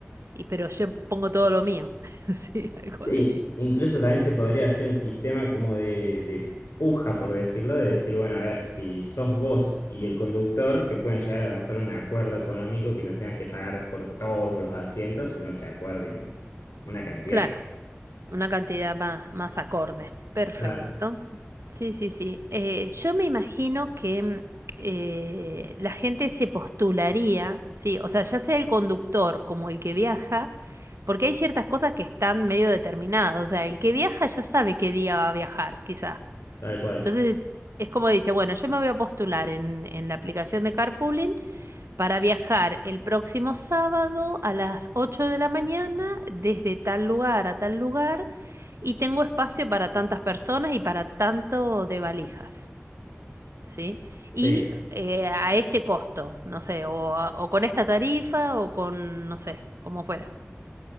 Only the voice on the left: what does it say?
Sí,
incluso también se podría hacer un sistema como de, de puja, por decirlo, de decir, bueno, a ver, si sos vos y el conductor, que puedan llegar a lo mejor a un acuerdo económico que no tengas que pagar por todos los asientos, sino que acuerden una cantidad.
Claro,
tal cual.
Sí,